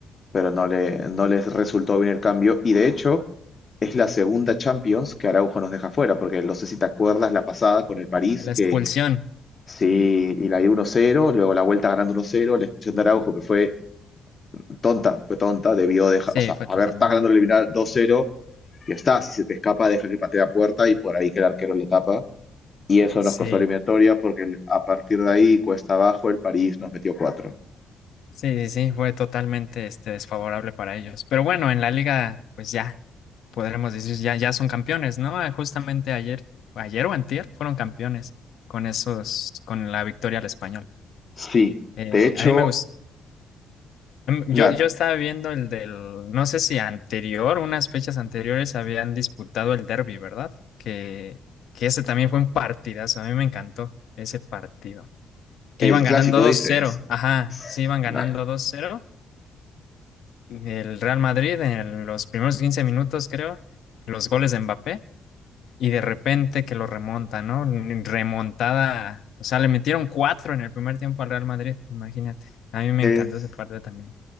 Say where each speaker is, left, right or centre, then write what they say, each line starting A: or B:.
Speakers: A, on the left (about 35°); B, on the left (about 70°).
A: pero no le, no les resultó bien el cambio. Y de hecho, es la segunda Champions que Araujo nos deja fuera, porque no sé si te acuerdas la pasada con el París,
B: La expulsión.
A: que sí, y la dio 1-0, luego la vuelta ganando 1-0, la expulsión de Araujo, que fue tonta, fue tonta, debió dejar,
B: Sí,
A: o sea,
B: fue
A: haber,
B: totalmente.
A: está ganando el eliminar 2-0 ya está, si se te escapa, deja que patee a puerta y por ahí que el arquero lo tapa. Y eso
B: Sí.
A: nos costó eliminatoria porque el- a partir de ahí, cuesta abajo, el París nos metió cuatro.
B: Sí, sí, sí, fue totalmente este, desfavorable para ellos. Pero bueno, en la liga, pues ya, podremos decir, ya, ya son campeones, ¿no? Ah, Justamente ayer, ayer o antier, fueron campeones con esos, con la victoria al Español.
A: Sí,
B: Eh,
A: de hecho,
B: a mí me gustó. Yo,
A: na-
B: yo estaba viendo el del, no sé si anterior, unas fechas anteriores habían disputado el derby, ¿verdad? Que, que ese también fue un partidazo, a mí me encantó ese partido. Que
A: el
B: iban ganando
A: clásico
B: dos
A: dices,
B: cero ajá,
A: es-
B: sí, iban ganando
A: na-
B: dos cero del Real Madrid en los primeros 15 minutos, creo, los goles de Mbappé, y de repente que lo remonta, ¿no? Remontada, o sea, le metieron cuatro en el primer tiempo al Real Madrid, imagínate. A mí me
A: es,
B: encantó ese partido también.